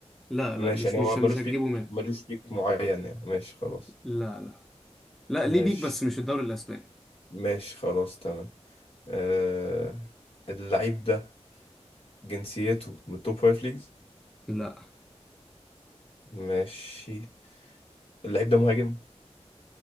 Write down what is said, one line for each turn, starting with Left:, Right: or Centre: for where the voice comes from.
Centre: لا
Left: ماشي
Centre: لا مش
Left: يعني
Centre: مش
Left: هو ملوش
Centre: مش هتجيبه
Left: بيك
Centre: منه
Left: ملوش بيك معين يعني ماشي خلاص
Centre: لا لا لا
Left: ماشي
Centre: ليه بيك بس مش الدوري الاسباني
Left: ماشي خلاص تمام آه اللعيب ده جنسيته من التوب فايف ليجز
Centre: لا
Left: ماشي اللعيب ده مهاجم